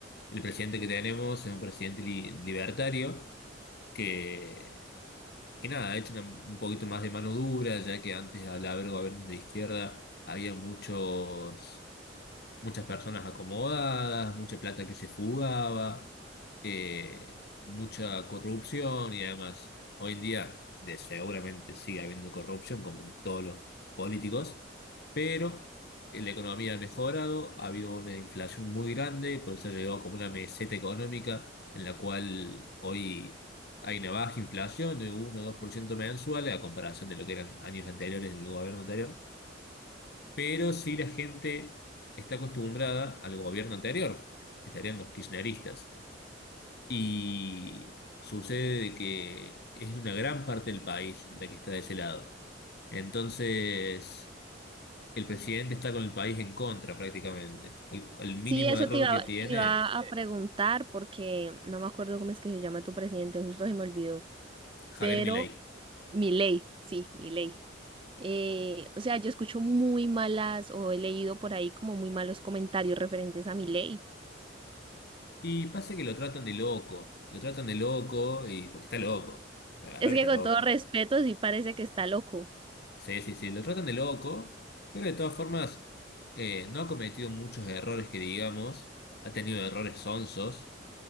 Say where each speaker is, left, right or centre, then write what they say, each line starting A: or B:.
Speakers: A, on the left; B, on the right.
A: el presidente que tenemos es un presidente li- libertario que, que nada, ha hecho una- un poquito más de mano dura, ya que antes al haber gobiernos de izquierda había muchos muchas personas acomodadas, mucha plata que se fugaba, eh, mucha corrupción y además hoy en día de, seguramente sigue habiendo corrupción como en todos los políticos, pero eh, la economía ha mejorado, ha habido una inflación muy grande, por eso ha llegado como una meseta económica en la cual hoy hay una baja inflación de 1 o 2% mensuales a comparación de lo que eran años anteriores en el gobierno anterior pero sí la gente está acostumbrada al gobierno anterior, que serían los kirchneristas. Y sucede de que es una gran parte del país la que está de ese lado. Entonces, el presidente está con el país en contra prácticamente. Al, al mínimo
B: Sí, eso
A: error
B: te iba,
A: que tiene
B: te iba a eh, preguntar porque no me acuerdo cómo es que se llama tu presidente, justo se me olvidó,
A: Javier
B: pero
A: Milei.
B: Milei, sí, Milei. Eh, o sea, yo escucho muy malas o he leído por ahí como muy malos comentarios referentes a Milei.
A: Y pasa que lo tratan de loco, lo tratan de loco y porque está loco, la verdad
B: Es
A: que
B: que
A: está
B: con
A: loco.
B: todo respeto sí parece que está loco.
A: Sí, sí, sí, lo tratan de loco, pero de todas formas eh, no ha cometido muchos errores que digamos, ha tenido errores sonsos,